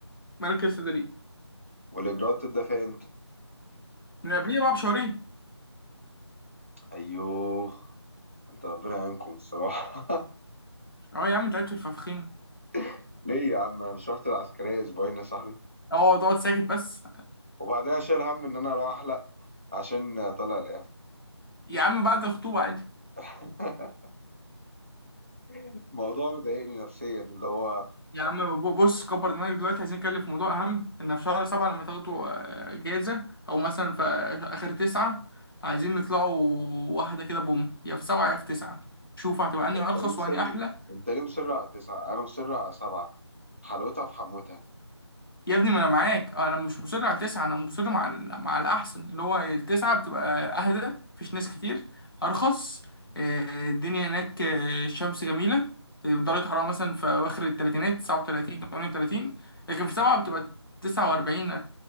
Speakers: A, on the left; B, on the right.
A: مركز تدريب
B: والإجراءات تبدأ فيها إمتى؟
A: من قبليها بقى بشهرين
B: أيوه انت ربنا يعينكم الصراحة
A: اه يا عم انت قاعد في الفخفخينة
B: <laughs> ليه يا عم انا مش رحت العسكرية أسبوعين يا صاحبي
A: اه تقعد ساكت بس
B: وبعدها شايل هم ان انا اروح احلق عشان طلع الاف
A: يا عم بعد الخطوبة عادي
B: <laughs> الموضوع مضايقني نفسيا اللي هو
A: يا عم ب- بص كبر دماغك دلوقتي عايزين نتكلم في موضوع أهم إن في شهر سبعة لما تاخدوا آه، جايزة أو مثلا في آخر تسعة عايزين نطلعوا واحدة كده بوم يا في سبعة يا في تسعة شوف هتبقى أنهي
B: ده انت
A: أرخص
B: ليه مصر
A: وأنهي أحلى
B: انت ليه مصر على تسعة انا مصر على سبعة حلاوتها في حموتها
A: يا ابني ما انا معاك آه، انا مش مصر على تسعة انا مصر مع ال... مع الاحسن اللي هو التسعة بتبقى اهدى مفيش ناس كتير ارخص آه، الدنيا هناك آه، الشمس جميلة آه، درجة حرارة مثلا في اواخر التلاتينات 39 38 لكن في سبعة بتبقى 49